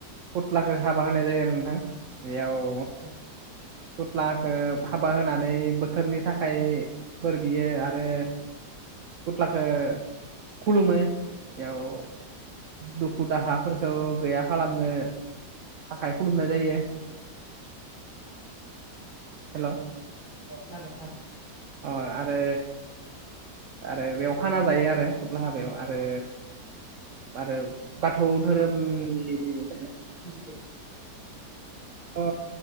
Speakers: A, on the right; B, on the left.
A: फुथ्लाखौ हाबा होनाय जायो आरो नोंथां। बेयाव
B: औ
A: खुथ्लाखौ हाबा होनानै बोथोरनि थाखाय। बोर बियो आरो। खुथ्लाखौ खुलुमो बेयाव। दुखु दाहाफोरखौ गैया खालामनो थाखाय खुलुमनाय जायो। हेलौ।
B: औ मार मार।
A: अ आरो। आरो बेयाव खाना जायो आरो खुथ्ला हाबायाव आरो। आरो बाथौ धोरोमनि।
B: खुसियो।
A: अ